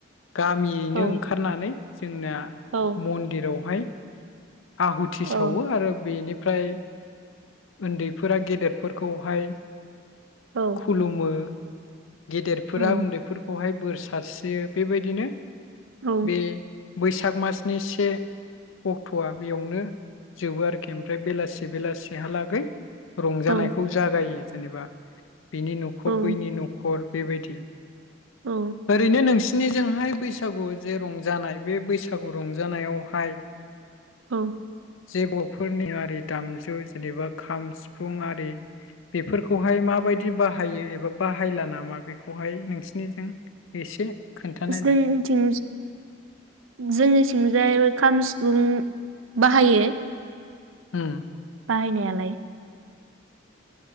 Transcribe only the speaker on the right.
औ
औ
औ
औ
औ
औ
औ
औ
औ
औ
जोंनिथिं जोंनिथिंजाय खाम, सिफुं बाहायो
बाहायनायालाय